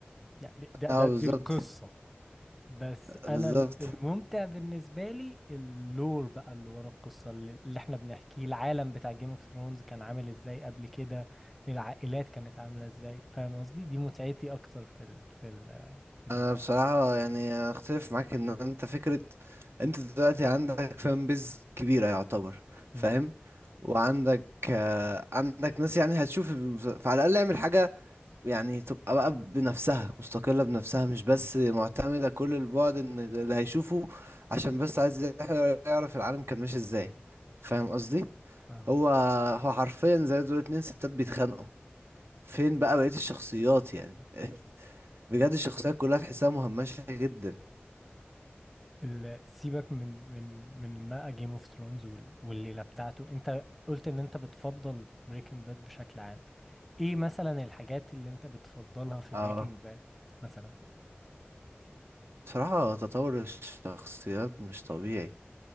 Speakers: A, in the centre; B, on the right.
A: يعني ده
B: اه
A: ده
B: بالظبط
A: دي القصه بس
B: بالظبط
A: انا ال- الممتع بالنسبه لي اللور بقى اللي ورا القصه اللي اللي احنا بنحكيه العالم بتاع جيم اوف ثرونز كان عامل ازاي قبل كده العائلات كانت عامله ازاي فاهم قصدي دي متعتي اكتر في ال في ال في المسلسل
B: انا بصراحة يعني اختلف معاك ان انت فكرة انت دلوقتي عندك فان بيز كبيرة يعتبر فاهم
A: امم
B: وعندك آه، عندك ناس يعني هتشوف المس- فعلى الاقل اعمل حاجة يعني تبقى بقى بنفسها مستقلة بنفسها مش بس معتمدة كل البعد ان اللي هيشوفه عشان بس عايز يعرف العالم كان ماشي ازاي فاهم قصدي
A: فاهم
B: هو هو حرفيا زي دول اتنين ستات بيتخانقوا فين بقى بقية الشخصيات يعني <laughs> بجد الشخصيات كلها تحسها مهمشة جدا
A: ال- سيبك من من من ما جيم اوف ثرونز والليله بتاعته انت قلت ان انت بتفضل بريكنج باد بشكل عام ايه مثلا الحاجات اللي انت بتفضلها في
B: اه
A: بريكنج باد مثلا
B: بصراحة تطور الشخصيات مش طبيعي